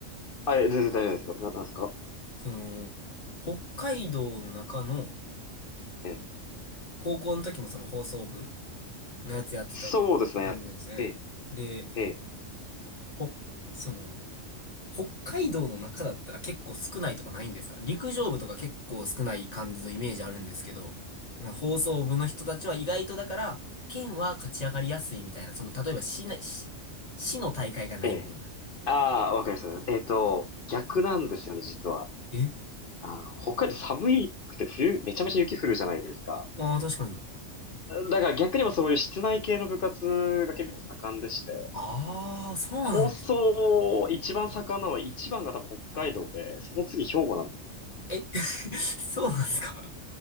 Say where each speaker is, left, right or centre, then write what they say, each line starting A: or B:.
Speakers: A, on the left (about 50°); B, on the left (about 30°).
A: あ、え、全然大丈夫ですよ。な、なんですか
B: その、北海道の中の、
A: ええ。
B: 高校の時もその放送部のやつやってたって感じなんですね。
A: そうですね。ええ、
B: で、
A: ええ、
B: ほ、その、北海道の中だったら結構少ないとかないんですか陸上部とか結構少ない感じのイメージあるんですけど、な放送部の人たちは意外とだから、県は勝ち上がりやすいみたいな、その、例えば市な、市、市の大会がないみたいな。
A: ええ。ああ、わかりました。えっと、逆なんですよね、実は。
B: え
A: あの、北海道寒いくて冬、めちゃめちゃ雪降るじゃないですか。
B: ああー、確かに。
A: だから逆にもそういう室内系の部活が結構盛んでして。
B: ああ、そうなんです。
A: 放送、一番盛んなのは、一番が多分北海道で、その次兵庫なんですよね。
B: え、<laughs> そうなんですか